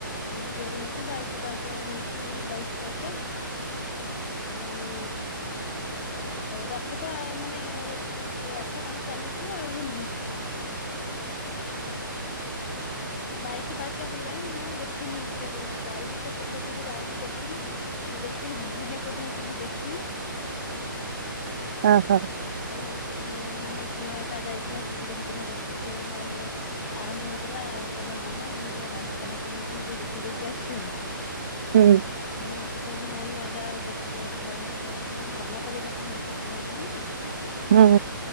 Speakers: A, on the left (about 30°); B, on the right (about 30°).
A: ଏ ତିଆରି ହଉଛି ବାଇଶି ପାଚ ହଉଛି ବି ବାଇଶି ପାହାଚ ଆଉ ରଥ ତ ମାନେ ରଥ କାମ ଚାଲିଛି ଆଉ। ବାଇଶି ପାହାଚ ହେଲାଣି, ମୁଁ ଦେଖିନି କେ ଯାଇନି ତ ସେପଟକୁ ଯାଇନି ଦେଖିନି। ଦେଖିଆ ଦିନେ କୋଉ ଦିନ ଯିବି ଦେଖିବି।
B: ଆ ହା।
A: ଆଉ ହେଉଛି ଆମ ଝିଅ ଟା ଯାଇଥିଲା ସବୁ ଦେଖିଦିନ ଦେଖିକି ଯୋଉଦିନ ମାନେ ଆରମ୍ଭ ହଉଥିଲା କହିଲା ମାମା ମୁଁ ଟିକେ ବାଇସି ପାହାଚ ହଉଛି ମୁଁ ଟିକେ ଦେଖି ଦେଇକି ଆସେ।
B: ହୁଁ।
A: ମୁଁ ଆଛି କହିଲି ହଁ ଲୋ ମା ଯା, ଆଉ ଦେଖି ଦେଇ ଆସିବୁ ବାଇଶିପାହାଚ ଆଉ ମନା କରିବା କଥା ନୁହ ଠାକୁରଙ୍କର ନା।
B: ହଁ।